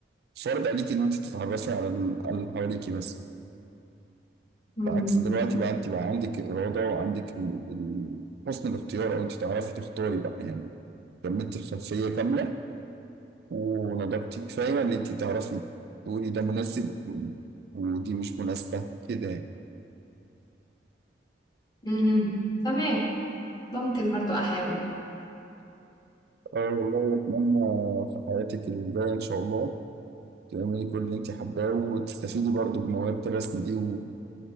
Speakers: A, on the right; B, on the left.
A: فرض عليك إن أنت تتعرفي على ال- على اللي حواليك بس
B: إمم،
A: بعكس دلوقتي بقى أنت بقى عندك إرادة وعندك ال- ال- حسن الاختيار أو أنت تعرفي تختاري بقى يعني كملت الخلفية كاملة ونضجتي كفاية إن أنت تعرفي تقولي ده مناسب ودي مش مناسبة كده يعني.
B: اهم، تمام، ممكن برضه أحاول،
A: اه والله أتمنى في حياتك الجاية إن شاء الله تعملي كل اللي انت حباه وتستفيدي برضو بموهبة الرسم دي و...